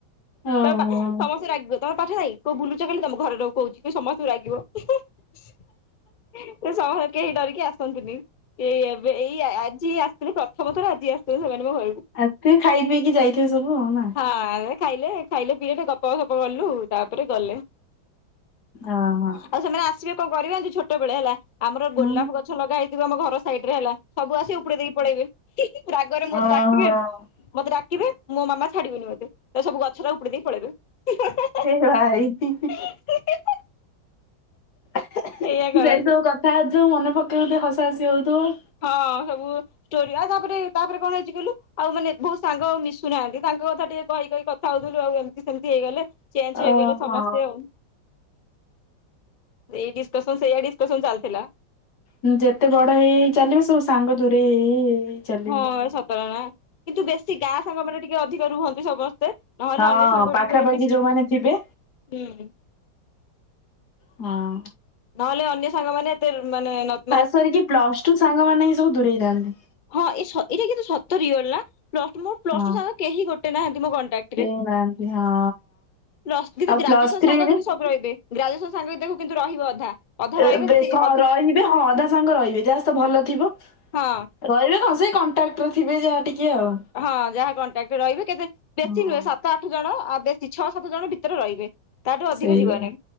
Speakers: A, on the left (about 55°); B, on the left (about 90°).
A: ଓହୋ।
B: ତ ବା ସମସ୍ତେ ରାଗିବ ତ <unintelligible> ହେଇ କଉ ବୁଲୁଚ ଖାଲି ତମ ଘରେ ରୁହ କହୁଚି। ସମସ୍ତଙ୍କୁ ରାଗିବ। <unintelligible> ଏହି ସମସ୍ କେହି ଡରିକି ଆସନ୍ତିନି। ଏଇ ଏବେ ଏଇ ଆଜି ଆସିଥିଲ ପ୍ରଥମ ଥର ଆଜି ଆସିଥିଲେ ସେମାନେ ମୋ ଘରକୁ।
A: ଆତି ଥିବେ, ଖାଇ ପିଇକି ଯାଇଥିବେ ସବୁ ନା?
B: ହଁ ଖାଇଲେ ଖାଇଲେ ପିିଇଲେ ଗପ ସପ କଲୁ ତାପରେ ଗଲେ।
A: ଓହୋ
B: ଆଉ ସେମାନେ ଆସିବେ କଣ କରିବେ କି ଛୋଟ ବେଳେ ହେଲା ଆମର ଗୋଲାପ
A: ହୁଁ
B: ଗଛ୍- ଛ ଲଗା ହେଇଥିବ ଆମ ଘର ସାଇଡ ରେ ହେଲା। ସବୁ ଆସିବେ ଉପଡେଇ ଦେଇକି ପଳେଇବେ। ହିଁ ହିଁ। ରାଗରେ ମୁଁ
A: ଓହୋ
B: ଡାକିବେ ମତେ ଡାକିବେ। ମୋ ମାମା ଛାଡିବନି ମୋତେ। ତ ସେଠୁ ଗଛଟେ ଉପୁଡେଇ ଦେଇ ପଳେଇବେ। ହେଁ ହେଁ ହେଁ।
A: ଏ ଭାଇ ହିଁ ହିଁ।
B: <unintelligible>
A: <unintelligible>
B: ଏଇଆ କରନ୍ତି।
A: ସେଇ ସବୁ କଥା ହଉଚୁ। ମନେ ପକେଇ ଟିଏ ହସା ହସି ହଉଥିବ।
B: ହଁ ସବୁ ଷ୍ଟୋରି। ଆଉ ତାପରେ ତାପରେ କଣ ହେଇଛି କହିଲୁ? ଆଉ ମାନେ ବହୁତ ସାଙ୍ଗ ମିଶୁନାହାନ୍ତି ତାଙ୍କ କଥା ଟିକେ କହି କହି କ୍- କଥା ହଉଥିଲୁ ଆଉ ଏମିତି ସେମିତି ହେଇଗଲେ ଚେଞ୍ଚ ହେଇଗଲେ
A: ଓହୋ।
B: ସମସ୍ତେ ଆଉ। ଏଇ ଡିସକସନ ସେଇଆ ଡିସକସନ ଚାଲ୍ ଥିଲା।
A: ହୁଁ ଯେତେ ବଡ ହେଇ ହେଇ ଚାଲିବ, ସବୁ ସାଙ୍ଗ ଦୁରେଇ ହେଇ ହେଇ ହେଇ ହେଇ ଚାଲିବେ।
B: ହଁ ସତକଥା। କିନ୍ତୁ ବେଶୀ ଗାଁ ସାଙ୍ଗ ମାନ ଟିକେ ଅଧିକ ରୁହନ୍ତି ସମସ୍ତେ ନହେଲେ
A: ହଁ
B: ଅନ୍ୟ ସାଙ୍ଗ
A: ପାଖାପାଖି
B: ଟିକେ <unintelligible>
A: ଯୋଉମାନେ ଥିବେ
B: ହୁଁ।
A: ହଁ।
B: ନହେଲେ ଅନ୍ୟ ସାଙ୍ଗମାନୋନେ ଏତେ ମାନେ ନ
A: ଖାସ କରିକି ପ୍ଲସ ଟୁ ସାଙ୍ଗମାନେ ହିଁ ସବୁ ଦୂରେଇ ଯାଆନ୍ତି।
B: ହଁ ଏଇସ ଏଇଟା କିନ୍ତୁ ସତ ରିଅଲ ନା ପ୍ଲସ ଟୁ ମୋ ପ୍ଲସ
A: ହଁ
B: ଟୁ ସାଙ୍ଗ କେହି ଗୋଟେ ନାହାନ୍ତି ମୋ କଣ୍ଟା
A: କେହି ନାହାନ୍ତି ହଁ।
B: ପ୍ଲସ ଥ୍ରି କିନ୍ତ
A: ଆଉ
B: ଗ୍ରଜୁଏସନ
A: ପ୍ଲସ୍ ଥ୍ରୀରେ
B: ସାଙ୍ଗ କିନ୍ତୁ ସବୁ ରହିବେ ଗ୍ରାଜୁଏସନ ସାଙ୍ଗ ଦେଖ କିନ୍ତୁ ରହିବ ଅଧା। ଅଧା
A: ଏ
B: ରହିବେ
A: ବେ
B: ଯଦି
A: ହଁ
B: ଅଧି
A: ରହିବେ ହଁ ଅଧା ସାଙ୍ଗ ରହିବେ ଯାହା ସହ ଭଲ ଥିବ।
B: ହଁ
A: ରହିବେ କଣ ସେଇ କଣ୍ଟାକ୍ଟ୍ଟରେ ଥିବେ ଯାହା ଟିକେ ଆଉ।
B: ହଁ ଯାହା କଣ୍ଟାକ୍ଟରେ ରହିବେ କେତେ ବେଶୀ
A: ହଁ।
B: ନୁହେଁ ସାତ ଆଠ ଜଣ ଆଉ ବେଶୀ ଛଅ ସାତ ଜଣ ଭିତରେ ରହିବେ। ତାଠୁ ଅଧିକ
A: ସେଇଆ।
B: ଯିବନାହିଁ।